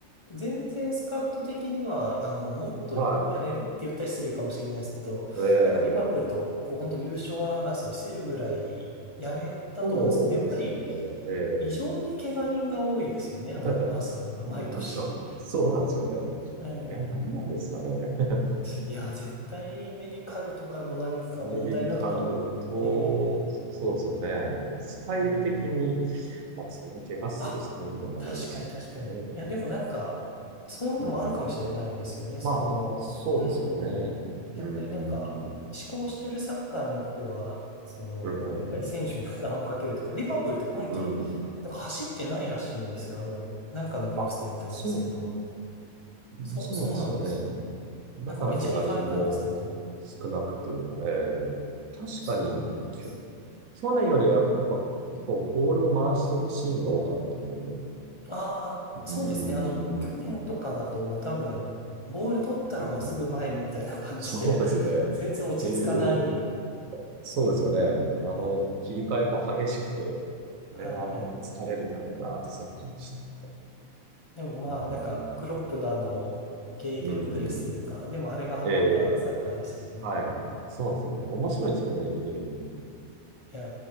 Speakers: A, on the left (about 45°); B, on the right (about 70°).
A: 全然スカット的には、あの、もっとやれるって言ったら失礼かもしれないですけど、
B: はい。
A: なんかリバプールと、
B: ええ
A: こう、本当優勝争いせるぐらいやれたと思うんですけど、
B: そうですよね。
A: やっぱり、
B: ええ
A: 異常に怪我人が多いですよね、あの、
B: <laughs>
A: アーセナルは、毎年。
B: なんか、そうなんですよね。
A: ええ
B: あれは何なんですかね。<laughs>
A: いや、絶対メディカルとかのなんか問題なのか、
B: メディカルと、
A: ええ
B: そそうですよね。スタイル的に、
A: うん。
B: まあ、そんな怪我するスタイルでもないですし、
A: あ、確かに確かに。
B: どう
A: いや、でもなんか、そういうのもあるかもしれないですよね。
B: うん、
A: その、
B: まあ、そうですよね。
A: うーん、やっぱりなんか、
B: うーん。
A: 思考してるサッカーによっては、その、
B: うん、うん、
A: やっぱり選手に負担をかけるというか、リバプールって今季、
B: うん。うん。
A: なんか走ってないらしいんですよ。あの、なんかのニュースで見たんですけど、
B: あ、そう、
A: そう、
B: そうですよね。
A: そうなんです。
B: だから怪我人も
A: なんかめちゃ意外なんですけど、
B: 少なくて、えー、確かに、
A: そうなんです。
B: きょ、去年よりはやっぱ結構ボールを回してるシーンが多かったんで、う
A: ああ、
B: ーん、
A: そうですね。あの、去年とかだともう多分、ボール取ったらもうすぐ前にみたいな感じで、
B: うん。そうですね。
A: <laughs> 全然落ち着かない。
B: で、そうですよね。あの、
A: ええ
B: 切り替えも激しくて、あれは疲れるだろうなってサッカーでしたね。
A: はいはい。でもまあ、
B: うん。
A: なんか、クロップのあの、ゲーゲンプレスというか、
B: うん。
A: でもあれがハマったサッカーでしたもんね。
B: ええはい。そうなんですよね。面白いんですけどね、見てる分には。
A: いや